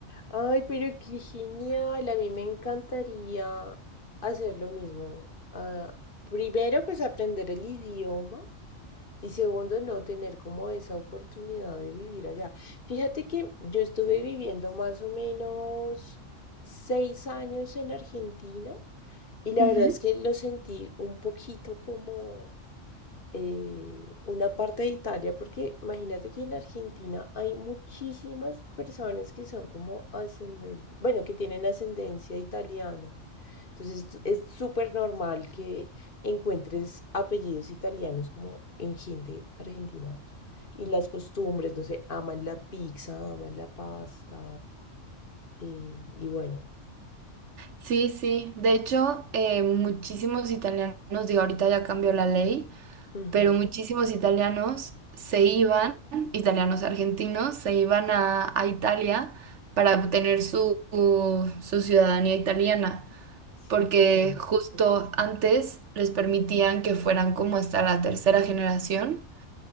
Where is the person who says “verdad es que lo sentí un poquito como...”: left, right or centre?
Left